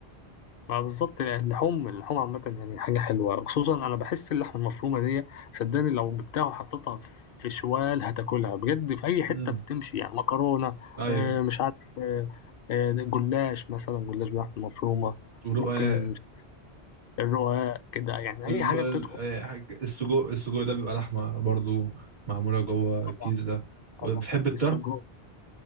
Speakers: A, on the left; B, on the right.
A: ما بالظبط اللحوم اللحوم عامة يعني حاجة حلوة خصوصا أنا بحس اللحمة المفرومة دي صدقني لو جبتها وحطيتها في شوال هتاكلها بجد في أي حتة
B: امم
A: بتمشي يعني مكرونة
B: ايوه
A: آه، مش عارف آه، آه، جلاش مثلا جلاش بلحمة مفرومة
B: ورقاق
A: ممكن الرقاق كده يعني
B: الم...
A: أي حاجة
B: ال-
A: بتدخل
B: آه، حاجة- السجق السجق ده بيبقى لحمه برضو معموله جوه الكيس
A: طبعا
B: ده بتحب
A: طبعا
B: الطرب
A: السجق